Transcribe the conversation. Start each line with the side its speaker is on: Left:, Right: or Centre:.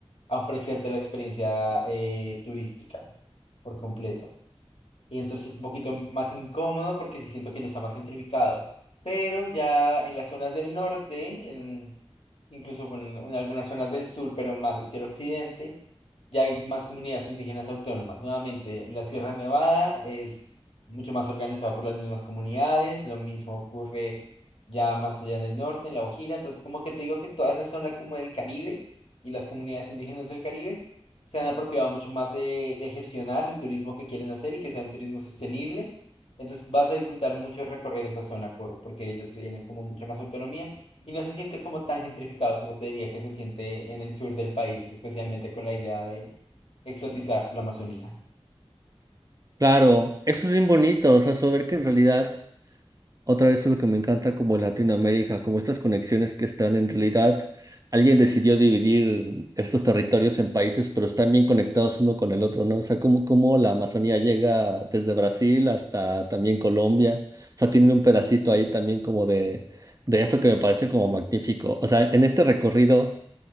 Left: a ofrecerte la experiencia eh, turística por completo y entonces un poquito más incómodo porque sí siento que ya está más gentrificado. Pero ya en las zonas del norte, en, incluso bueno, en algunas zonas del sur, pero más hacia el occidente, ya hay más comunidades indígenas autónomas. Nuevamente, en la Sierra Nevada es mucho más organizado por las mismas comunidades, lo mismo ocurre ya más allá en el norte, en La Guajira, entonces como que te digo que toda esa zona como del Caribe y las comunidades indígenas del Caribe se han apropiado mucho más de, de gestionar el turismo que quieren hacer y que sea un turismo sostenible. Entonces vas a disfrutar mucho recorrer esa zona por, porque ellos tienen como mucha más autonomía y no se siente como tan gentrificado como te diría que se siente en el sur del país, especialmente con la idea de exotizar la Amazonía.
Right: Claro, eso es bien bonito, o sea, saber que en realidad Otra vez es lo que me encanta como Latinoamérica, como estas conexiones que están en realidad, alguien decidió dividir estos territorios en países, pero están bien conectados uno con el otro, ¿no? O sea, como, como la Amazonía llega desde Brasil hasta también Colombia, o sea, tienen un pedacito ahí también como de, de eso que me parece como magnífico. O sea, en este recorrido